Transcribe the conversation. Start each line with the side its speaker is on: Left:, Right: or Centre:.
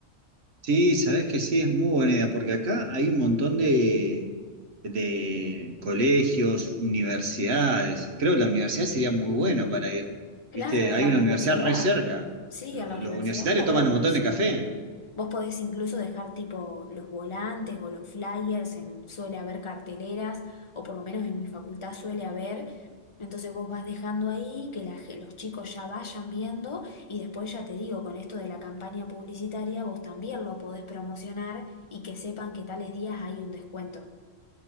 Right: Sí, sabes que sí, es muy buena idea, porque acá hay un montón de, de colegios, universidades. Creo que la universidad sería muy bueno para ir.
Left: Claro,
Right: Viste, hay
Left: a la
Right: una
Left: universidad.
Right: universidad re cerca.
Left: Sí,
Right: Lo-
Left: a la universidad
Right: Los, universitarios
Left: estaría
Right: toman
Left: buenísimo.
Right: un montón de café.
Left: Vos podés incluso dejar tipo los volantes o los flyers, en, suele haber carteleras, o por lo menos en mi facultad suele haber. Entonces vos vas dejando ahí que la ge- los chicos ya vayan viendo y después ya te digo, con esto de la campaña publicitaria, vos también lo podés promocionar y que sepan que tales días hay un descuento.